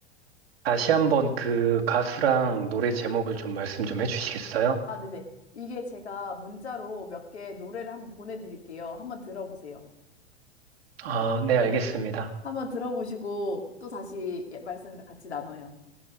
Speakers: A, on the right; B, on the left.
A: 다시 한번 그 가수랑 노래 제목을 좀 말씀 좀 해주시겠어요?
B: 아, 네네. 이게 제가 문자로 몇 개 노래를 한번 보내드릴게요. 한번 들어보세요.
A: 아, 네,
B: 네네.
A: 알겠습니다.
B: 한번 들어보시고 또 다시 예- 말씀 같이 나눠요.